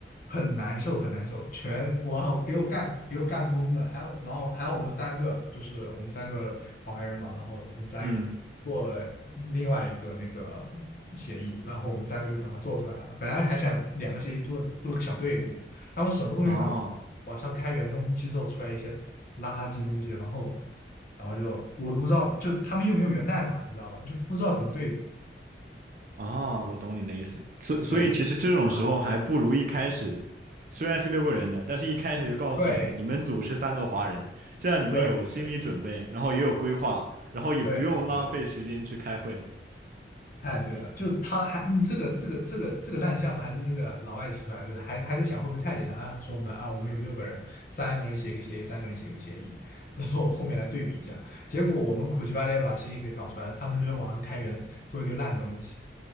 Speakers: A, on the left (about 50°); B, on the right (about 45°).
A: 很难受，很难受，全我给我干给我干懵了，还有然后还有我们三个就是我们三个华人嘛，然后我们仨也做了另外一个那个协议，
B: 嗯，
A: 然后我们三个就把它做出来了，本来还想两个协议做做个小对比。的。他们什么东西拿不出来，
B: 哦。
A: 网上开源东西之后出来一些垃圾东西，然后然后就我都不知道，就他们又没有源代码，你知道吧？就不知道怎么对比。
B: 啊，我懂你的意思。所所以其实这种时候还不如一开始，
A: 对啊，
B: 虽然是六个人的，但是一开始就告诉你们，
A: 对
B: 你们组是三个华人，这样你们有心理准备，
A: 对对
B: 然后也有规划，然后也不用浪费时间去开会。
A: 对对，太对了，就他还嗯这个这个这个这个烂项目还是那个老外提出来的，还还在想会不会太简单啊？说我们啊，我们有六个人，三个人写个协议，三个人写个协议，然后后面来对比一下，结果我们苦其巴力把协议给搞出来，他们就网上开源做一堆烂东西，